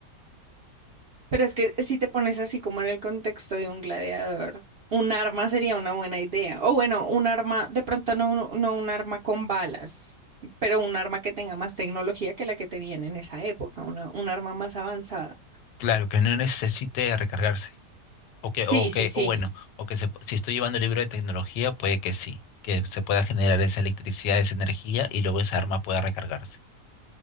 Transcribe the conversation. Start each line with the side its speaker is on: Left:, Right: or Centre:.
Right: Pero es que si te pones así como en el contexto de un gladiador, un arma sería una buena idea. O bueno, un arma, de pronto no, no no un arma con balas, pero un arma que tenga más tecnología que la que tenían en esa época, una, un arma más avanzada.
Left: Claro, que no necesite recargarse. O que,
Right: Sí,
Left: o
Right: sí,
Left: que,
Right: sí.
Left: o bueno, o que se- si estoy llevando el libro de tecnología, puede que sí, que se pueda generar esa electricidad, esa energía y luego esa arma pueda recargarse.